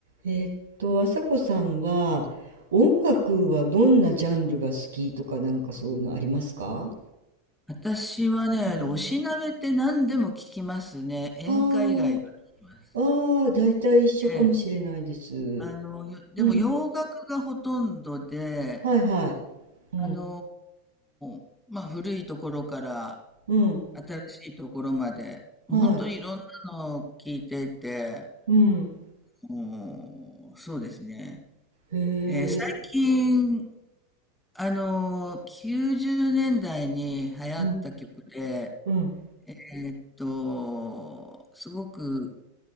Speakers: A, on the right; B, in the centre.
A: えーっと、朝子さんは音楽はどんなジャンルが好きとかなんかそういうのありますか
B: 私はね、
A: うん
B: おしなべって何でも聞きますね。演歌以外は聞きます。
A: あーあー、大体一緒かもしれないです。
B: で、あの、よでも洋楽がほとんどで、
A: うん。はいはい。うん。
B: あのーまあ古いところから
A: うん。
B: 新しいところまで、
A: はい。
B: 本当にいろんなのを聞いていて、
A: うん。
B: もう、そうですね。
A: へえ、
B: えー最近、
A: え、
B: あのー90年代に流行った曲で、
A: うん。うん。
B: えーっと、すごく